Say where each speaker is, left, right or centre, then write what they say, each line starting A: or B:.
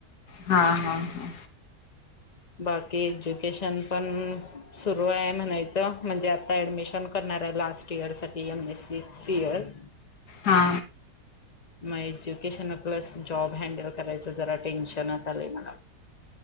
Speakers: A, on the left (about 80°); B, on the left (about 30°).
A: हा हा हा
B: बाकी एज्युकेशन पण सुरू आहे म्हणायचं म्हणजे आता ऍडमिशन करणार आहे लास्ट इयर साठी एम एस सी एल
A: हा
B: मग एज्युकेशन प्लस जॉब हँडल करायचं जरा टेन्शनच आलय मला